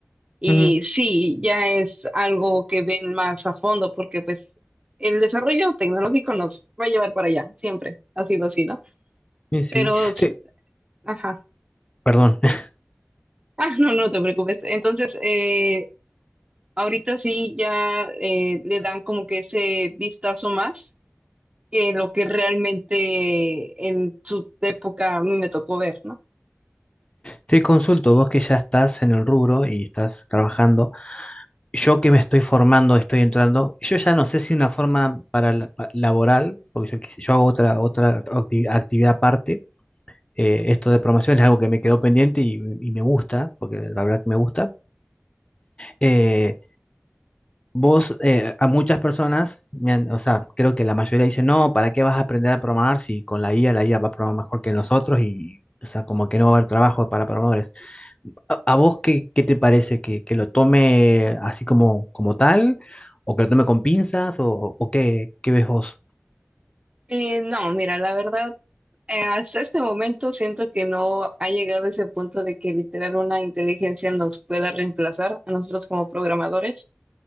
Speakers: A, on the right; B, on the left.
A: y
B: Ujú.
A: sí, ya es algo que ven más a fondo porque pues el desarrollo tecnológico nos va a llevar para allá, siempre ha sido así, ¿no?
B: Y sí,
A: Pero,
B: sí,
A: ajá,
B: perdón. <laughs>
A: ah, no, no te preocupes. Entonces, eh, Ahorita sí ya eh, le dan como que ese vistazo más que lo que realmente en su época a mí me tocó ver, ¿no?
B: Te consulto, vos que ya estás en el rubro y estás trabajando. yo que me estoy formando, estoy entrando, yo ya no sé si una forma para la- pa- laboral, porque yo, quise- yo hago otra, otra acti- actividad aparte, eh, esto de programación es algo que me quedó pendiente y, y me gusta, porque la verdad que me gusta. Eh, vos, eh, a muchas personas, me han- o sea, creo que la mayoría dice, no, ¿para qué vas a aprender a programar si con la IA, la IA va a programar mejor que nosotros y, o sea, como que no va a haber trabajo para programadores? ¿A a vos qué, qué te parece? ¿Que, que lo tome así como, como tal? ¿O que lo tome con pinzas? ¿O, o qué, qué ves vos?
A: Eh, no, mira, la verdad, eh, hasta este momento siento que no ha llegado a ese punto de que literal una inteligencia nos pueda reemplazar a nosotros como programadores,